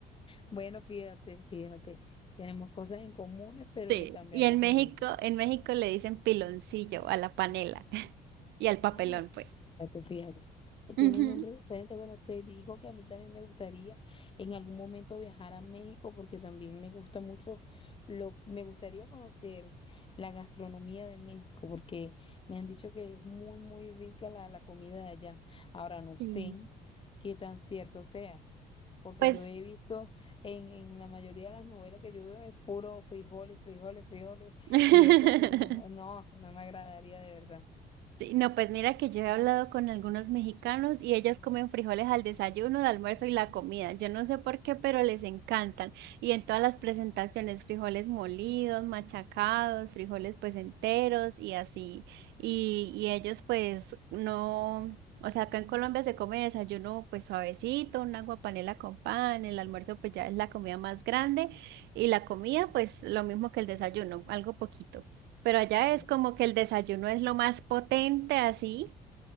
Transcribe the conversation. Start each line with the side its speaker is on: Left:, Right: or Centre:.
Left: Bueno, fíjate, fíjate. Tenemos cosas en comunes, pero
Right: Sí.
Left: le cambiamos
Right: Y en México,
Left: el.
Right: en México le dicen piloncillo a la panela <laughs> y al papelón,
Left: Ah,
Right: pues.
Left: Fíjate, fíjate. Eh,
Right: Ujú.
Left: Tiene nombre diferente. Bueno, te digo que a mí también me gustaría en algún momento viajar a México porque también me gusta mucho, lo, me gustaría conocer la gastronomía de México porque me han dicho que es muy, muy rica la, la comida de allá. Ahora no
Right: Sí.
Left: sé qué tan cierto sea. Porque
Right: Pues
Left: yo he visto en, en la mayoría de las novelas que yo veo es puro frijoles, frijoles, frijoles,
Right: <laughs>
Left: y eso a mí no, no, no me agradaría de verdad.
Right: Sí, No, pues mira que yo he hablado con algunos mexicanos y ellos comen frijoles al desayuno, al almuerzo y la comida. Yo no sé por qué, pero les encantan. Y en todas las presentaciones, frijoles molidos, machacados, frijoles pues enteros y así. Y, y ellos pues no, o sea, acá en Colombia se come desayuno pues suavecito, un agua panela con pan, el almuerzo pues ya es la comida más grande y la comida pues lo mismo que el desayuno, algo poquito. Pero allá
Left: Sí.
Right: es como que el desayuno es lo más potente, así,